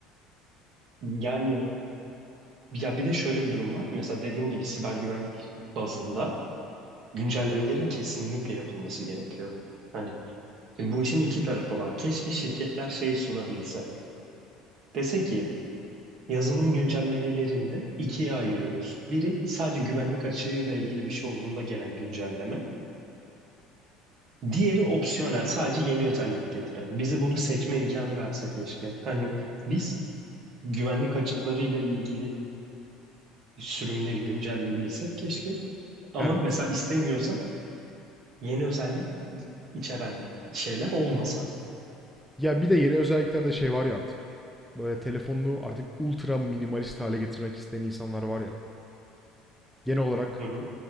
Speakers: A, on the right; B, in the centre.
A: yani Ya bir de şöyle bir durum var. Mesela dediğim gibi siber güvenlik bazında güncellemelerin kesinlikle yapılması gerekiyor. Hani şimdi bu işin iki tarafı var. Keşke şirketler şey sunabilse. Dese ki yazılım güncellemelerinde ikiye ayırıyoruz. Biri sadece güvenlik açığıyla ilgili bir şey olduğunda gelen güncelleme. Diğeri opsiyonel, sadece yeni özellik getiren. Bizi bunu seçme imkanı verse keşke. Hani biz güvenlik açıklarıyla ilgili sürümleri güncelleyebilsek keşke. Ama
B: Evet.
A: mesela istemiyorsak yeni özellik içeren şeyler olmasa.
B: Ya bir de yeni özelliklerde şey var ya artık. Böyle telefonunu artık ultra minimalist hale getirmek isteyen insanlar var ya. Genel olarak
A: Hı hı.